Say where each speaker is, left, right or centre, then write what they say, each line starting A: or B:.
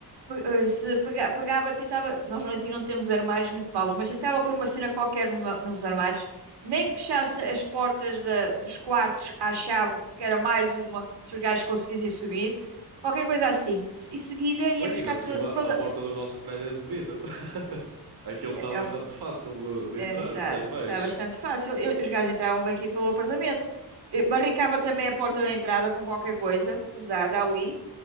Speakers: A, on the right; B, on the right.
A: pe- eh, se pega- pegava, tentava. Nós aqui não temos armários muito maus, mas tentava pôr uma cena qualquer numa- nos armários, nem que fechasse as portas da- dos quartos à chave, porque era mais uma, se os gajos conseguissem subir, qualquer coisa assim. Em seguida ia
B: Pois,
A: buscar
B: ainda por
A: toda.
B: cima,
A: toda-
B: a porta do nosso prédio é de vidro. <laughs> Aquilo
A: é-
B: está
A: é-
B: bastante
A: um,
B: fácil de, de
A: é,
B: entrar
A: está,
B: lá em baixo.
A: está bastante fácil. Eu- os gajos entravam bem aqui pelo apartamento. Eh, Barricava também a porta da entrada com qualquer coisa pesada ali.